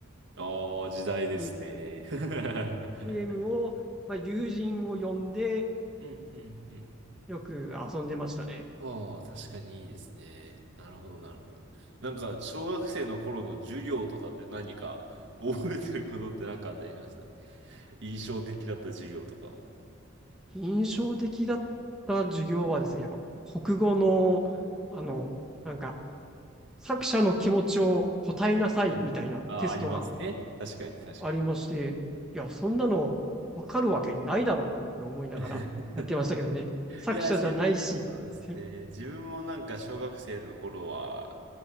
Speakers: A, on the right; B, in the centre.
A: ああ、時代ですね。
B: ていう
A: <laughs>
B: ゲームを、まあ、友人を呼んで、
A: うん、うん、うん。
B: よく遊んでましたね。
A: ああ、確かにいいですね。なるほど、なるほど。なんか、小学生の頃の授業とかって何か覚えてることって何かあったりします印象的だった授業とか。
B: 印象的だった授業はですね、やっぱ、国語の、あの、なんか、作者の気持ちを答えなさいみたいなテストが
A: はいああ、ありますね。確かに、確かに。
B: ありまして、いや、そんなのわかるわけないだろって思いながらやってましたけどね、
A: <laughs>
B: 作者じゃないしって、
A: いや、自分、そうですね。自分もなんか小学生の頃は